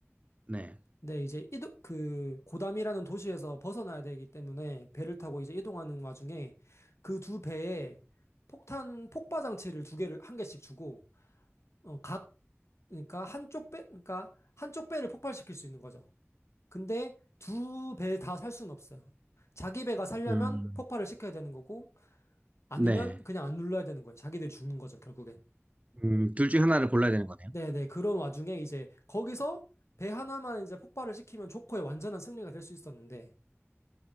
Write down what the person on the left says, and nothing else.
근데 이제 이도, 그 고담이라는 도시에서 벗어나야 되기 때문에 배를 타고 이제 이동하는 와중에 그 두 배에 폭탄 폭발 장치를 두 개를 한 개씩 주고 어, 각 그러니까 한쪽 배 그러니까 한쪽 배를 폭발시킬 수 있는 거죠. 근데 두 배 다 살 수는 없어요. 자기 배가 살려면
폭발을 시켜야 되는 거고 아니면
그냥 안 눌러야 되는 거예요. 자기들이 죽는 거죠, 결국엔.
네네. 그런 와중에 이제 거기서 배 하나만 이제 폭발을 시키면 조커의 완전한 승리가 될 수 있었는데,